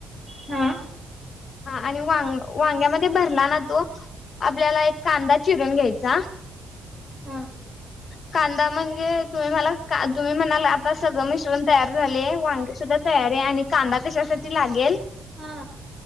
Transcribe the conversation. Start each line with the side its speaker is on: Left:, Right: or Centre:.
Right: हा
Left: हा आणि वांग-वांग्यामध्ये भरला ना तो आपल्याला एक कांदा चिरून घ्याय. का
Right: हा
Left: कांदा म्हणजे तुम्ही मला का तुम्ही म्हणाल आता सगळं मिश्रण तयार झाले. वांगे सुद्धा तयार आहे आणि कांदा कशासाठी लागेल.
Right: हा